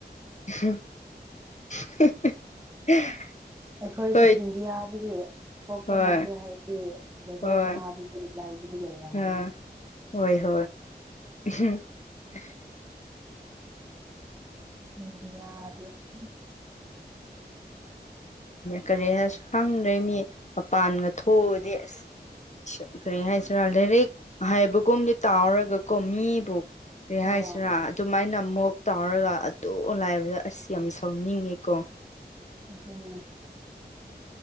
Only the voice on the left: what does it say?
<unintelligible>
ꯍꯣꯏ
ꯍꯣꯏ
ꯍꯣꯏ
ꯑꯥ ꯍꯣꯏ ꯍꯣꯏ <unintelligible>
ꯀꯔꯤ ꯍꯥꯏꯁꯨ ꯈꯪꯗ꯭ꯔꯦ ꯃꯤ ꯃꯄꯥꯟꯒ ꯊꯣꯛꯎꯔꯗꯤ ꯑꯁ ꯀꯔꯤ ꯍꯥꯏꯁꯤꯔꯥ ꯂꯥꯏꯔꯤꯛ ꯍꯥꯏꯕꯒꯨꯝꯗꯤ ꯇꯥꯎꯔꯒꯀꯣ ꯃꯤꯕꯨ ꯀꯔꯤ
ꯍꯥꯏꯁꯤꯔ ꯑꯗꯨꯃꯥꯏꯅ ꯑꯃꯨꯛ ꯇꯥꯎꯔꯒ ꯑꯗꯨꯛ ꯂꯥꯏꯕꯗ ꯑꯁ ꯌꯥꯝ ꯁꯥꯎꯅꯤꯡꯉꯦꯀꯣ